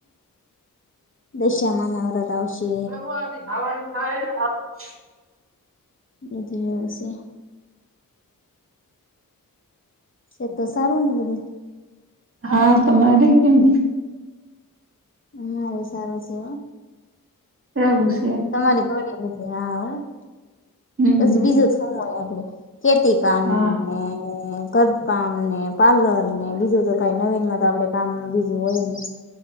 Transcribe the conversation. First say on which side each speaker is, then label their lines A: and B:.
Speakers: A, on the left (about 35°); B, on the right (about 40°).
A: દશમાના વરત આવશે.
B: <unintelligible> થવાડી થાય હ
A: વધ એશે એ તો સારું ને તો ભ,
B: હા તમારે કેમ?
A: અ મારે સારું છે.
B: રહેવું છે.
A: તમારી ઘડી બધી હા,
B: હમ
A: પછી બીજું હોય આપડે ખેતી કામ
B: હા
A: ને ઘર કામ ને પાર્લર ને બીજું તો કઈ નવીનમાં તો આપડે કામ બીજું હોય ની.